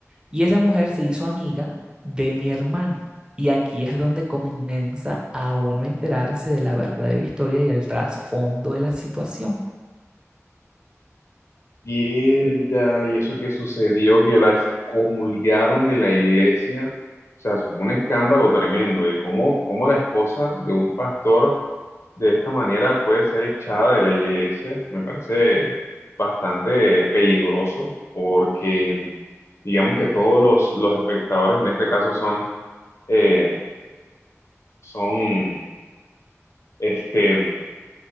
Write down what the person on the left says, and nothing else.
Mierda, y eso que sucedió, que la excomulgaron de la iglesia, o sea, eso fue un escándalo tremendo, de cómo, cómo la esposa de un pastor de esta manera puede ser echada de la iglesia. Me parece bastante peligroso porque digamos que todos los, los espectadores en este caso son, eh, son, este,